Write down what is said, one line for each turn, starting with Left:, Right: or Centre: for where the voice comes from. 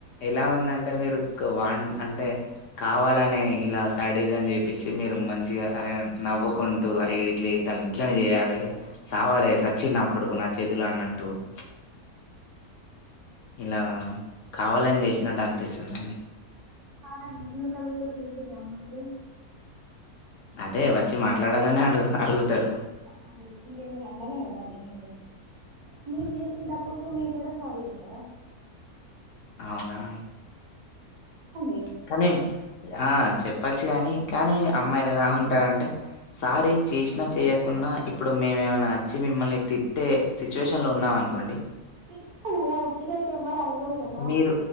Left: ఎలా ఉందంటే మీరు కావా ఆ అంటే కావాలనే ఇలా సాడీజం చెప్పించి మీరు మంచిగా అరే నవ్వుకుంటూ అరే ఇట్లా జేతండు ఇట్లనే చేయాలి సావాలి సచ్చి నా కొడుకు నా చేతిలో అన్నట్టు ప్చ్ ఇలా కావాలని చేసినట్టు అనిపిస్తుందండి.
Right: కాదండి ఎందుకలా జేత్తురో జెప్పిదం మనలేం
Left: అదే వచ్చి మాట్లాడాలని అడుగు అడుగుతారు
Right: ఆహా లేదు మీరేమైనా అంటేనే కదా అలిగేది మీరు చేసిన తప్పుకు మీరు కూడా సారీ చెప్పారా
Left: అవునా
Right: చెప్పండి
Left: కానీ ఆ చెప్పచ్చు గాని కానీ
Right: మరి
Left: అమ్మాయిలు ఎలా ఉంటారండి. అంటే సారి చేసినా చేయకున్నా ఇప్పుడు మేమేమైనా అచ్చి మిమ్మల్ని తిట్టే సిచ్యువేషన్ లో ఉన్నాం అనుకోండి.
Right: తిడితే గదా ఉట్టిగా అయితే ఎవ్వరు అలగరు కదా.
Left: మీరు